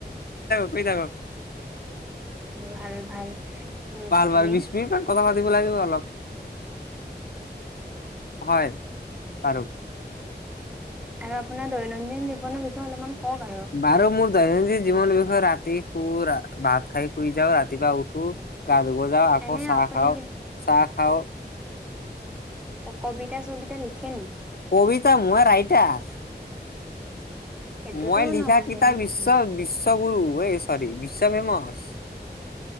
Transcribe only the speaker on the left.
শুই থাকক
ভাল ভাল বিশ মিনিট মান কথা পাতিব লাগিব অলপ হয় আৰু
বাৰু মোৰ দৈনন্দিন জীৱন বিষয় ৰাতি শু ভাত খাই শুই যাওঁ ৰাতিপুৱা উঠো গা ধুব যাওঁ আকৌ
চাহ
খাওঁ চাহ খাও
কবিতা মই ৰাইটাৰ।
মই লিখা
কিতাপ
বিশ্ব বিশ্ব ৰু এই চ'ৰি বিশ্ব। <unintelligible>